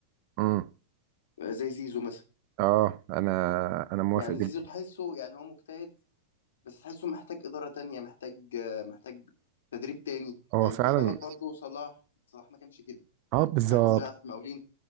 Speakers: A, on the right (about 45°); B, on the left (about 70°).
A: امم
B: آه، زي زيزو مثلا
A: اه انا انا موافق
B: يعني
A: جدا
B: زيزو تحسه يعني هو مجتهد بس تحسه محتاج إدارة تانية محتاج آه، محتاج تدريب تاني
A: هو
B: يعني
A: فعلا
B: خد بالك برضو صلاح صلاح ما كانش كده
A: اه بالظبط
B: صلاح كان بيلعب في المقاولين